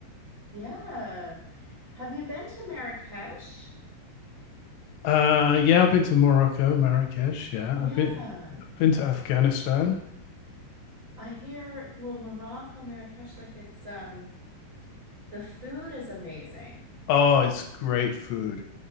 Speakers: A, on the right; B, on the left.
A: Yeah. Have you been to Marrakesh?
B: Uh, yeah, I've been to Morocco, Marrakesh. Yeah,
A: Yeah.
B: I've been I've been to Afghanistan.
A: I hear, well, Morocco, Marrakesh, like it's um the food is amazing.
B: Oh, it's great food.